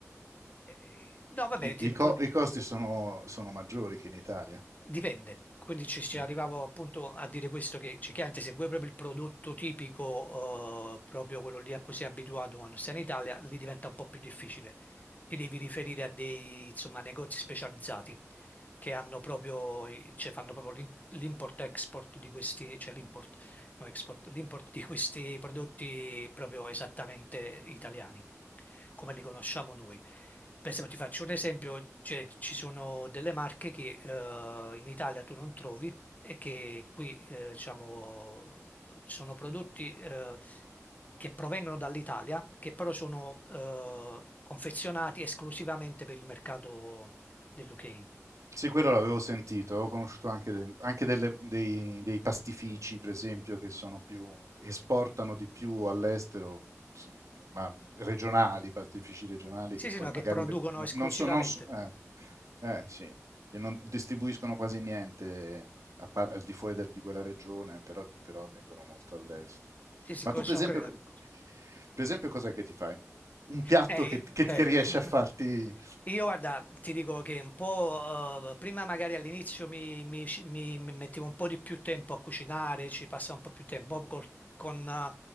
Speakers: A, on the left; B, on the right.
A: eh, no vabbè,
B: I,
A: ti-
B: i, co-
A: po-
B: i costi sono, sono maggiori che in Italia.
A: Dipende, quindi ci ci
B: Mm.
A: arrivavo appunto a dire questo che cioè, chiaramente se vuoi proprio il prodotto tipico, eh, proprio quello lì a cui sei abituato quando sei in Italia, lì diventa un po' più difficile. Ti devi riferire a dei insomma, negozi specializzati che hanno proprio, i- cioè, fanno proprio l'im- l'import-export di questi, cioè l'import o export- l'import di questi prodotti proprio esattamente italiani, come li conosciamo noi. Per esempio, ti faccio un esempio, cioè, ci sono delle marche che eh, in Italia tu non trovi e che qui eh, diciamo, sono prodotti eh, che provengono dall'Italia, che però sono eh, confezionati esclusivamente per il mercato dell'UK.
B: Sì, quello l'avevo sentito, ho conosciuto anche, de- anche delle- dei, dei pastifici, per esempio, che sono più, che esportano di più all'estero, se- ma regionali, pastifici regionali,
A: Sì,
B: che
A: sì,
B: poi
A: no,
B: magari
A: che producono
B: ve- no-
A: esclusivamente.
B: non so, non so- eh, eh, sì, che non distribuiscono quasi niente a par- al di fuori del- di quella regione, però, però vendono molto all'estero.
A: Sì, sì,
B: Ma
A: co-
B: tu, per
A: sono
B: esempio,
A: creati.
B: che- per esempio, cos'è che ti fai? Un piatto
A: Eh,
B: che, che
A: beh,
B: che riesci
A: <laughs>
B: a farti...
A: io guarda, ti dico che un po', eh, prima magari all'inizio mi, mi- mi- mi mettevo un po' di più tempo a cucinare, ci passavo un po' più tempo Poi col- con, eh,